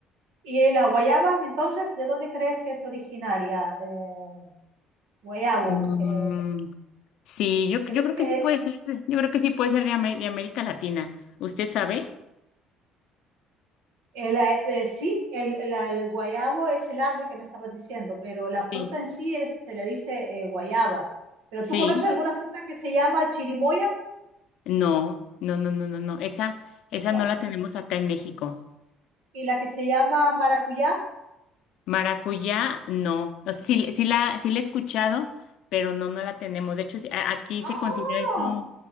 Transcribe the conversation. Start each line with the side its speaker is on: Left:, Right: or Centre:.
Right: ¿Y la guayaba, entonces, de dónde crees que es originaria? Eh, guayabo,
Left: Mm,
Right: eh,
Left: Sí, yo,
Right: ¿crees
Left: yo creo
Right: que
Left: que sí puede ser, de- yo creo que sí puede ser de, Amé- de América Latina. ¿Usted sabe?
Right: El, eh, eh, sí, el, el- el guayabo es el árbol que me estabas diciendo, pero la fruta
Left: Sí,
Right: en sí es, se le dice eh, guayaba. ¿Pero
Left: sí.
Right: tú conoces alguna fruta que se llama chirimoya?
Left: No, no, no, no, no, no. Esa, esa
Right: No.
Left: no la tenemos acá en México.
Right: ¿Y la que se llama maracuyá?
Left: Maracuyá, no. O sea, sí, sí la, sí la he escuchado, pero no, no la tenemos. De hecho, sí, a- aquí
Right: ¡Ah!
Left: se considera eso,